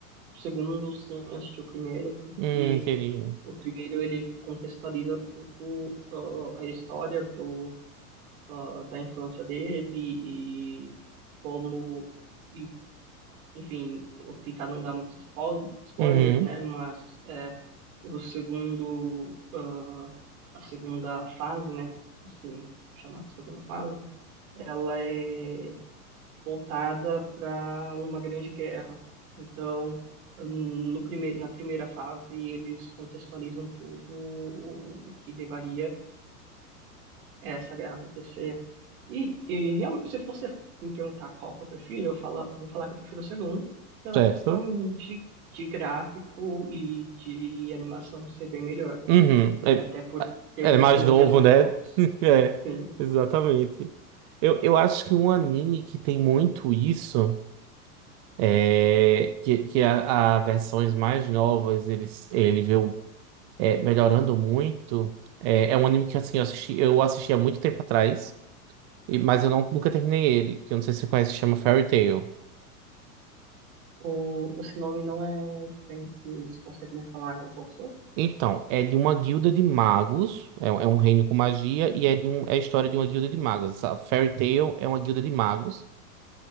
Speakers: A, on the right; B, on the right.
A: segundo sem assistir o primeiro, porque
B: Hum, entendi.
A: o primeiro ele contextualiza tudo, ah, a história do, ah, da infância dele e como, e, enfim, vou tentar não dar muitos spoil- spoilers,
B: Uhum,
A: né? Mas é, o segundo, ah, a segunda fase, né? Assim, chamada segunda fase, ela é voltada para uma grande guerra. Então, hum, no primeiro, na primeira fase, eles contextualizam tudo o, o que levaria essa guerra a acontecer. E, e realmente, se você me perguntar qual que eu prefiro, eu falo, eu vou falar que eu prefiro o segundo, pela
B: certo.
A: questão de, de gráfico e de animação ser bem melhor,
B: Uhum,
A: é,
B: é,
A: até por ter
B: é é
A: tecnologias
B: mais novo,
A: mais
B: né?
A: novas.
B: <laughs> É,
A: Sim,
B: exatamente. Eu, eu acho que um anime que tem muito isso é que, que a, a versões mais novas eles ele vê um é, melhorando muito. É, é um anime que assim, eu assisti, eu assisti há muito tempo atrás, e- mas eu não, nunca terminei ele, que eu não sei se você conhece, chama Fairy Tail.
A: o, o seu nome não é estranho, pra mim. você consegue me falar mais um pouco sobre?
B: Então, é de uma guilda de magos, é, um é um reino com magia, e é, de um, é a história de uma guilda de magos. Essa Fairy Tail é uma guilda de magos.